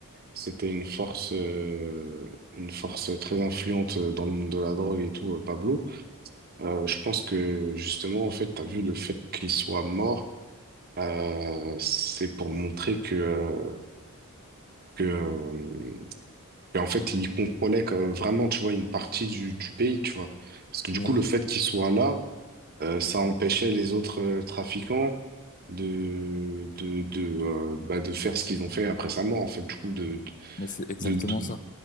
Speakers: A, on the right (about 45°); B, on the left (about 35°).
A: c'était une force, euh, une force très influente dans le monde de la drogue et tout, euh, Pablo, euh, je pense que justement, en fait, t'as vu le fait qu'il soit mort, euh, c'est pour montrer que, euh, que, euh, qu'en fait, il contrôlait quand- vraiment, tu vois, une partie du, du pays, tu vois. Parce que du
B: Mais
A: coup,
B: oui,
A: le fait qu'il soit là, Euh, ça empêchait les autres euh, trafiquants de, de, de, euh, bah, de faire ce qu'ils ont fait après sa mort, en fait, du coup, de,
B: mais c'est exactement
A: de, de,
B: ça.